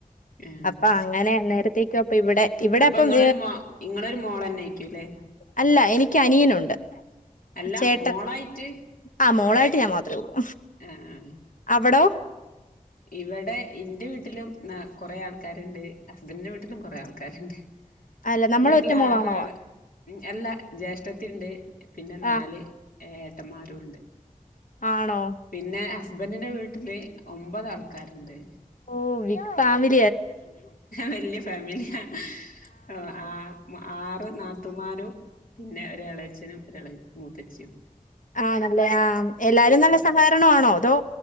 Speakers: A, on the left; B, on the left.
A: ആഹ്
B: അപ്പൊ അങ്ങനെ നേരത്തേക്ക അപ്പൊ ഇവിടെ ഇവിടെ
A: അപ്പൊ
B: അപ്പം
A: ഇങ്ങളൊരു മോ ഇങ്ങളൊരു മോളെന്നേക്കൂല്ലേ
B: അല്ല എനിക്ക് അനിയനുണ്ട്
A: അല്ല
B: ചേട്ടൻ
A: മോളായിട്ട്
B: ആഹ് മോളായിട്ട് ഞാൻ മാത്രേ ഉള്ളൂ
A: ആഹ്
B: അവിടോ
A: ഇവിടെ ഇന്റെ വീട്ടിലും ന കൊറെ ആൾക്കാരുണ്ട് ഹസ്ബൻഡന്റെ വീട്ടിലും കൊറെ ആൾക്കാരുണ്ട്
B: അല്ല നമ്മള
A: എന്റെ വീട്ടില്
B: ഒറ്റ മോളാണോ
A: ആറ് ആള് അല്ല ജ്യേഷ്ഠത്തിണ്ട് പിന്നെ നാല്
B: ആഹ്
A: ഏ ഏട്ടന്മാരും ഉണ്ട്
B: ആണോ?
A: പിന്നെ ഹസ്ബൻറിന്റെ വീട്ടില് ഒമ്പതാൾക്കാര്ണ്ട്.
B: ഓഹ് ഇപ്പാ <unintelligible>
A: വെല്യ ഫാമില്യാ ആഹ് ആ ആറ് നാത്തുമാരും പിന്നെ ഒരെളയച്ചനും ഒരെളെ മൂത്തച്ചിം
B: ആഹ് നല്ലേ ആഹ് എല്ലാരും നല്ല സഹകരണാണോ അതോ